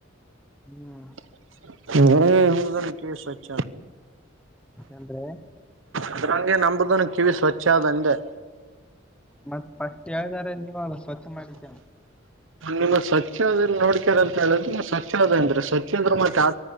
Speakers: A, in the centre; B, on the right.
A: ಹ್ಮ್
B: <unintelligible> ಕೆ ಸ್ವಚ್ಛ
A: ಏನ್ರೀ
B: ಅದರಂಗೆ ನಂದುದುನು ಕಿವಿ ಸ್ವಚ್ಛ ಅದಂದೆ.
A: ಮತ್ತ್ ಫಸ್ಟ್ ಯಾವ್ದಾರೆ ನೀವ್ ಅಲ್ಲ ಸ್ವಚ್ ಮಾಡಿದ್ದ
B: ನಿಮ ಸ್ವಚ್ಛ ನೋಡ್ಕ್ಯಾರ ಅಂತ ಹೇಳಿದ್ರ ಸ್ವಚ್ವಾದ ಅಂದ್ರೆ ಸ್ವಚ್ಛಂದ್ರ ಮತ್ತ್ ಆ